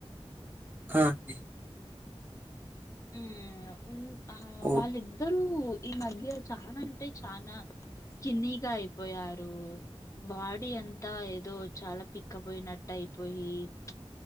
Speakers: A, on the right; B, on the left.
A: ఆ అండి
B: ఉమ్ ఉ ఆ
A: ఓహ్!
B: వాళ్ళిద్దరు ఈ మధ్య చానా అంటే చానా స్కిన్నిగా అయిపోయారు, బాడీ ఎంతా ఏదో చాలా పిక్కపోయినట్టు అయిపోయి, ప్చ్